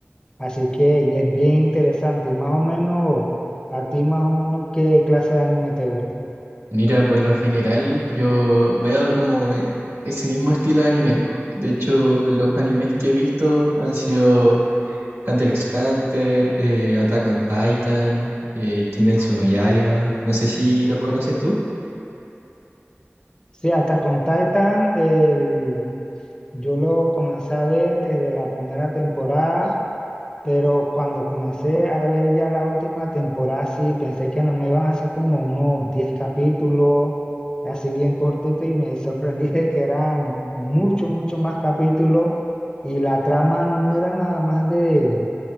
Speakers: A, on the left; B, on the right.
A: Así que y es bien interesante y más o menos, a ti más o menos qué clase de anime te gusta.
B: Mira, por lo general yo veo como e- ese mismo estilo de anime, de hecho los animes que he visto han sido Hunter x Hunter, eh, Attack on Titan, eh, Kimetsu no Yaiba, no sé si los conoces tú.
A: Sí, hasta con Titan el- yo lo comencé a ver desde la primera temporada Pero cuando comencé a ver ya la última temporada, sí, pensé que no me iban a hacer como unos 10 capítulos, así bien cortito, y me sorprendí de que eran mucho, mucho más capítulos, y la trama no era nada más de,